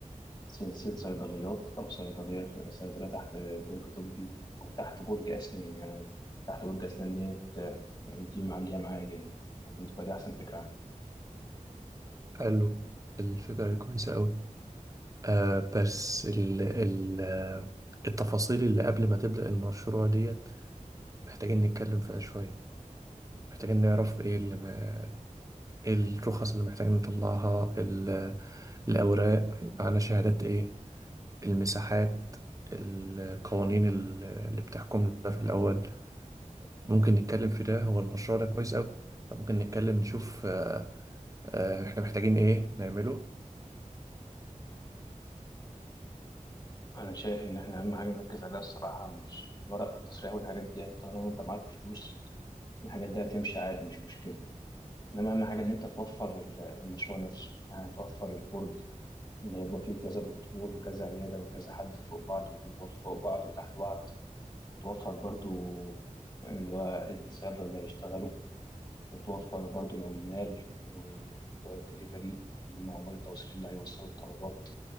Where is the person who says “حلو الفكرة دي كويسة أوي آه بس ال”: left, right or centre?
Right